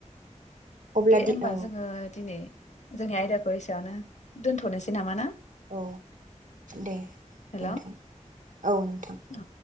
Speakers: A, on the right; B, on the left.
A: अब्ला
B: दे
A: दि
B: ओमबा
A: औ
B: जोङो दिनै जोंनि आयदाखौ एसेयावनो दोनथनोसै नामा ना?
A: औ दे
B: हेल'
A: नोंथां औ नोंथां।
B: औ